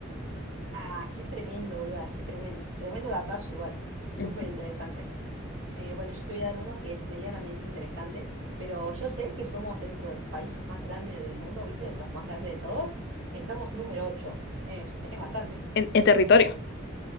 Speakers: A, on the right (about 75°); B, on the left (about 55°).
A: Ah, qué tremendo, boluda, qué tremendo. Tremendo datazo igual. Súper
B: Ujú.
A: interesante. Eh, bueno, yo te voy a dar uno que es medianamente interesante, pero yo sé que somos dentro de los países más grandes del mundo, ¿viste? Los más grandes de todos. Estamos número 8. Es, es bastante.
B: En, en territorio.